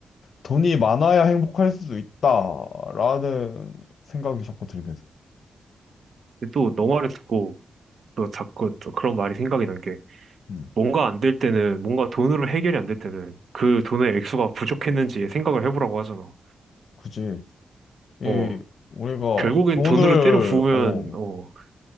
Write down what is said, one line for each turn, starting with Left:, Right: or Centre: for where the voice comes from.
Left: 돈이 많아야 행복할 수도 있다라는 생각이 자꾸 들게 돼.
Right: 근데 또 너 말을 듣고 또 자꾸 또 그런 말이 생각이 난 게,
Left: 음,
Right: 뭔가 안 될 때는, 뭔가 돈으로 해결이 안 될 때는 그 돈의 액수가 부족했는지 생각을 해보라고 하잖아.
Left: 그지. 이
Right: 어,
Left: 우리가
Right: 결국엔
Left: 돈을
Right: 돈으로 때려 부으면,
Left: 어
Right: 어,